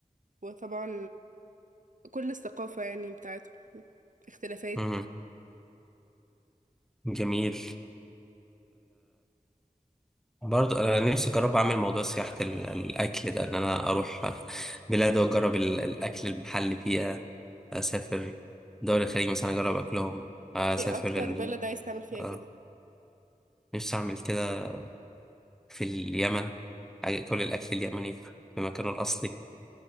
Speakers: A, on the right; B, in the centre.
A: وطبعا كل الثقافة يعني بتاعتهم اختلافات
B: مم. جميل برضه انا نفسي اجرب اعمل موضوع سياحة ال- الاكل ده ان انا اروح بلاد واجرب ال- الاكل المحلي فيها اسافر دول الخليج مثلا اجرب اكلهم اسافر
A: ايه اكتر
B: ال...
A: بلد عايز تعمل فيها
B: آه،
A: كده
B: نفسي اعمل كده في اليمن عاجب- كل الأكل
A: مم.
B: اليمني في مكانه الأصلي